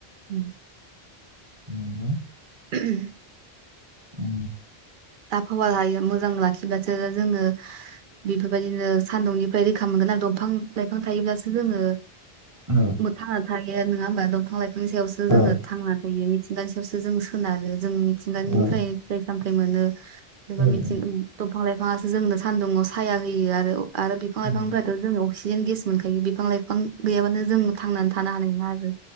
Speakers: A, on the right (about 60°); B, on the right (about 20°).
A: उम
B: <unintelligible>
A: <unintelligible>
B: औ
A: आफावाखो हायो मोजां लाखिबासो जोङो बेफोरबायदिनो सान्दुंनिफ्राय रोखा मोनगोन आरो दंफां लाइफां थायोब्लासो जोङो
B: औ
A: थांना थायो नङा होमबा दंफां लाइफांनि सायावसो जोङो
B: औ
A: थांना थायो मिथि मिथिंगानि सायावसो जों सोनारो जों मिथिंगानिफ्राय
B: औ औ
A: फिथाइ सामथाय मोनो। जेनेबा
B: उम
A: मिथिं दंफां लाइफाङासो जोंनो सानदुुंङाव साया होयो आरो आरो बिफां
B: उम
A: लाइफांफोराथ' जों अक्सिजेन गेस मोनखायो बिफां लाइफां गैयाबानो जों थांनानै थानो हानाय नङा आरो